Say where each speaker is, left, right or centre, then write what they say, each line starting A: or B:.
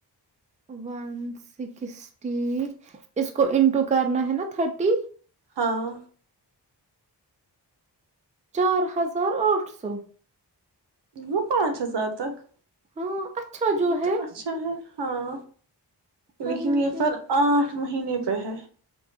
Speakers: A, on the right (about 20°); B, on the right (about 75°).
A: ون سکسٹی اس کو انٹو کرنا ہے نا تھرٹی
B: ہاں
A: چار ہزار آٹھ سو
B: وہ پانچ ہزار تک
A: ہاں اچھا جو
B: یہ
A: ہے
B: تو اچھا ہے ہاں
A: ورنہ
B: لیکن یہ
A: کیا
B: سر آٹھ ایک مہینے پہ ہے